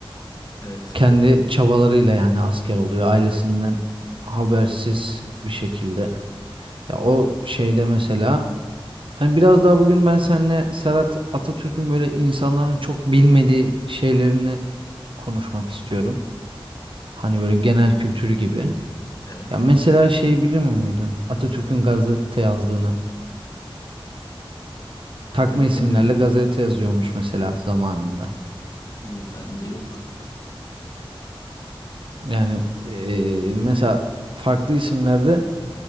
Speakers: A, on the left; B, on the right.
A: Evet.
B: Kendi çabalarıyla yani asker oluyor. Ailesinden habersiz bir şekilde. Ya o şeyde mesela hani biraz daha bugün ben seninle Serhat Atatürk'ün böyle insanların çok bilmediği şeylerini konuşmak istiyorum. Hani böyle genel kültür gibi.
A: Evet.
B: Ya mesela şeyi bilir miydin Atatürk'ün gazete yazdığını. Takma
A: Hayır
B: isimlerle
A: bilmiyordum.
B: gazete yazıyormuş mesela zamanında.
A: Bu bende yok.
B: Yani eee, mesela farklı isimlerde